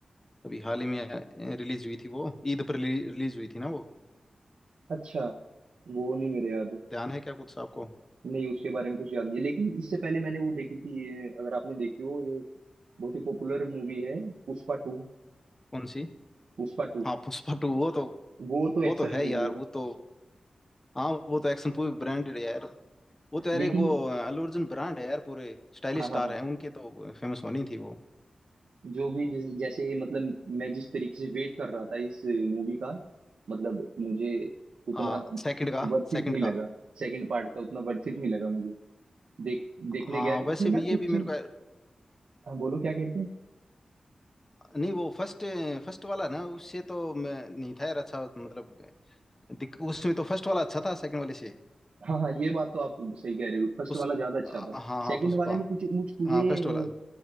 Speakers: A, on the left; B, on the right.
A: अभी हाल ही में रिलीज हुई थी वो ईद पर रिलीज हुई थी ना वो
B: अच्छा वो नहीं मेरे याद
A: ध्यान है क्या कुछ आपको
B: नहीं उसके बारे में कुछ याद नहीं है लेकिन इससे पहले मैंने वो देखी थी ये, अगर आपने देखी हो ये बहुत ही पॉपुलर मूवी है पुष्पा टू
A: कौन सी
B: पुष्पा टू
A: हाँ पुष्पा टू वो तो
B: वो तो एक्शन
A: वो तो है
B: मूवी
A: यार वो
B: है
A: तो हाँ वो तो एक्शन पूरी ब्रांडेड है यार वो तो यार
B: लेकिन
A: एक वो अल्लू अर्जुन ब्रांड है यार पूरे स्टाइलिश
B: हाँ
A: स्टार
B: हाँ हाँ,
A: हैं उनके तो फेमस होनी थी वो
B: जो भी जैसे जैसे मतलब मैं जिस तरीके से वेट कर रहा था इस मूवी का मतलब मुझे उतना
A: हाँ सेकंड का
B: वर्थित
A: सेकंड
B: नहीं
A: का
B: लगा सेकंड पार्ट का उतना वर्थित नहीं लगा मुझे देख
A: हाँ
B: देखने गया
A: हाँ, वैसे
B: इसमें ना
A: भी ये
B: कुछ
A: भी मेरे
B: चीज
A: को
B: हाँ बोलो क्या कहते हैं
A: नहीं वो फर्स्ट फर्स्ट वाला ना उससे तो मैं नहीं था यार अच्छा मतलब दिक- उसमें तो फर्स्ट वाला अच्छा था सेकंड वाले से
B: हाँ हाँ ये बात तो आप सही कह रहे हो फर्स्ट
A: पुष
B: वाला ज्यादा अच्छा
A: आ-
B: था
A: हाँ
B: सेकंड
A: हाँ पुष्पा
B: वाले में कुछ मुझ मुझे
A: हाँ फर्स्ट वाला